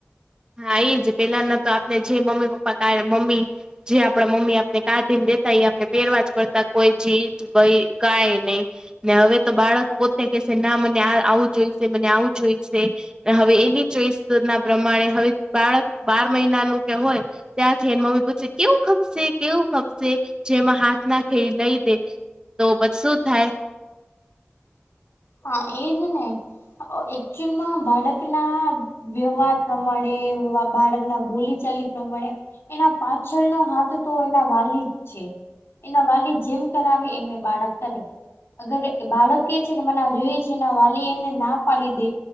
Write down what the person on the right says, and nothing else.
હા એ જ પેલાના તો આપણે જે મમ્મી પપ્પા કાડે મમ્મી જે આપડા મમ્મી આપને કાઢી ને દેતા આપને પેરવા જ પડતા કોઈ જીન્સ ભઈ કાય નહી. ને હવે તો બાળક પોતે કહેશે ના મને આ-આવું જોઈશે મને આવું જોઈશે. હવે એની ચોઈસ ના પ્રમાણે હવે બાળક બાર મહિનાનું કે હોય ત્યાંથી એને મમ્મી પૂછસે કેવું ખપશે કેવું ખપશે જેમાં હાથ નાખે લઈ દે તો પછ શું થાય.